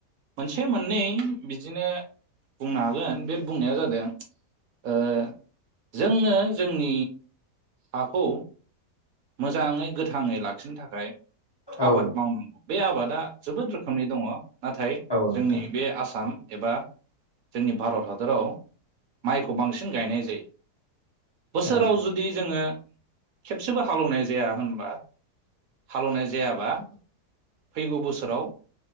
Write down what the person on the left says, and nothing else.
औ
औ
नोंथां
औ